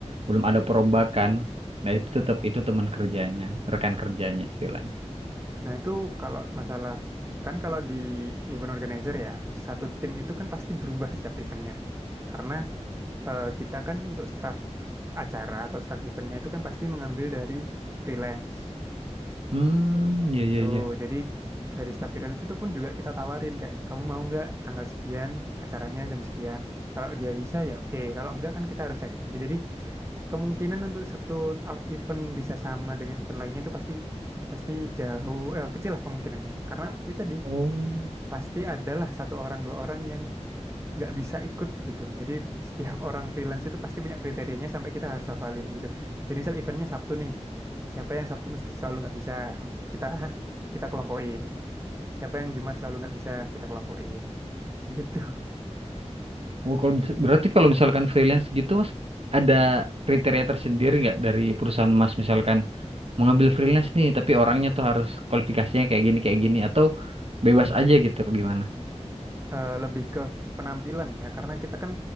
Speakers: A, on the right; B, on the right.
A: belum ada perombakan. Nah, itu tetap itu teman kerjanya, rekan kerjanya istilahnya.
B: nah itu kalau masalah kan kalau di event organizer ya satu tim itu kan pasti berubah setiap eventnya karena eh, kita kan untuk staff acara atau staff eventnya itu kan pasti mengambil dari freelance
A: Hmm, iya
B: itu
A: iya iya.
B: jadi dari staff freelance itu pun juga kita tawarin kayak kamu mau nggak tanggal sekian acaranya jam sekian kalau dia bisa ya oke kalau enggak kan kita harus cari ganti jadi kemungkinan untuk satu a- event bisa sama dengan event lainnya itu pasti pasti jauh eh, kecil lah kemungkinannya karena itu tadi
A: Oh.
B: pasti adalah satu orang dua orang yang nggak bisa ikut gitu jadi setiap <laughs> orang freelance itu pasti punya kriterianya sampai kita harus hafalin gitu jadi misal eventnya Sabtu nih siapa yang Sabtu mesti selalu nggak bisa kita kita kelompokin siapa yang Jumat selalu nggak bisa kita kelompokin <laughs> gitu
A: Oh, kalau berarti kalau misalkan freelance gitu, Mas, ada kriteria tersendiri nggak dari perusahaan Mas misalkan mengambil freelance nih, tapi orangnya tuh harus kualifikasinya kayak gini kayak gini atau bebas aja gitu gimana?
B: eh, lebih ke penampilan ya karena kita kan